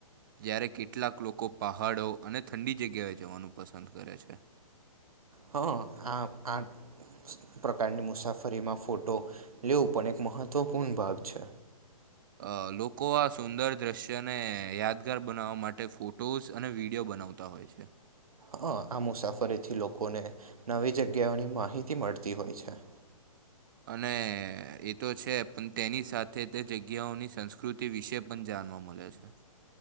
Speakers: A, on the right; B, on the right.
A: જ્યારે કેટલાક લોકો પહાડો અને ઠંડી જગ્યાએ જવાનું પસંદ કરે છે.
B: હ આ આ પ્રકારની મુસાફરીમાં ફોટો લેવું પણ એક મહત્વપૂર્ણ ભાગ છે.
A: અ લોકો આ સુંદર દ્રશ્યને યાદગાર બનાવવા માટે ફોટોઝ અને વિડીયો બ નાવતા હોય છે.
B: હ આ મુસાફરીથી લોકોને નવી જગ્યાઓની માહિતી મળતી હોય છે. <inaudible>
A: અને એ તો છે પણ તેની સાથે તે જગ્યાઓની સંસ્કૃતિ વિશે પણ જાણ વા મળે છે.